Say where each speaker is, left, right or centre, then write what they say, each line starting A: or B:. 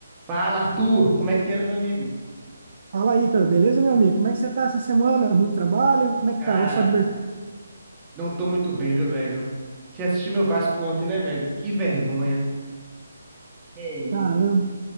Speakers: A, on the right; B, on the right.
A: Fala, Arthur! Como é que anda, meu amigo?
B: Fala aí, cara, beleza, meu amigo? Como é que você tá essa semana? Muito trabalho? Como é que
A: Cara,
B: tá? Ou só diversão?
A: não tô muito bem, viu, velho? Você assistiu meu Vasco ontem, né, velho? Que vergonha. É isso.
B: Caramba,